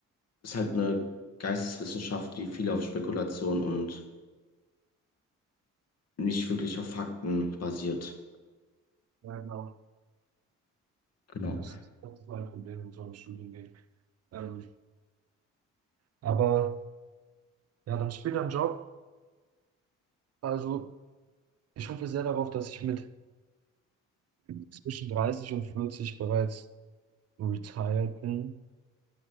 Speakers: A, on the left (about 55°); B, on the right (about 55°).
A: ist halt eine Geisteswissenschaft, die viel auf Spekulation und nicht wirklich auf Fakten basiert.
B: Ja, genau.
A: Genau.
B: Das ist, das ist mein Problem mit so einem Studiengang. Ähm, aber ja, dann später ein Job. Also, ich hoffe sehr darauf, dass ich mit zwischen 30 und 40 bereits retired bin.